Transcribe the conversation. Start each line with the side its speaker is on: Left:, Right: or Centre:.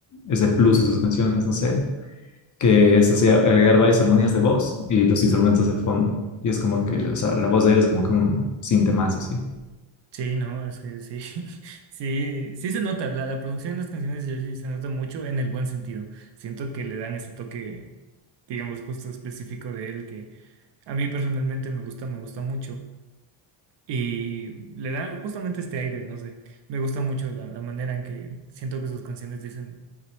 Left: ese plus en sus canciones, no sé, que es así, agregar varias armonías de voz y los instrumentos de fondo. Y es como que, o sea, la voz de él es como que un sinte más así.
Right: Sí, no, es que sí. <laughs> Sí, sí se nota. La, la producción de las canciones de Joji se nota mucho en el buen sentido. Siento que le dan ese toque, digamos, justo específico de él que a mí personalmente me gusta, me gusta mucho. Y le da justamente este aire, no sé. Me gusta mucho la, la manera en que siento que sus canciones dicen